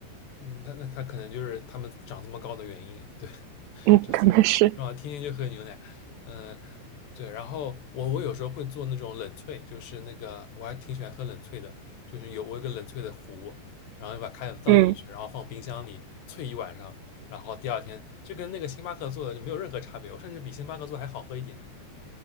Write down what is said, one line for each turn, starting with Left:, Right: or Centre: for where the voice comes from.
Left: 嗯，那那他可能就是他们长这么高的原因，对，<laughs>
Right: 嗯，
Left: 长这么是吧？
Right: 可能是，
Left: 天天就喝牛奶，嗯，对，然后我我有时候会做那种冷萃，就是那个我还挺喜欢喝冷萃的，就是有我有个冷萃的壶，然后把开水倒进去，
Right: 嗯
Left: 然后放冰箱里萃一晚上，然后第二天就跟那个星巴克做的就没有任何差别，我甚至比星巴克做的还好喝一点呢，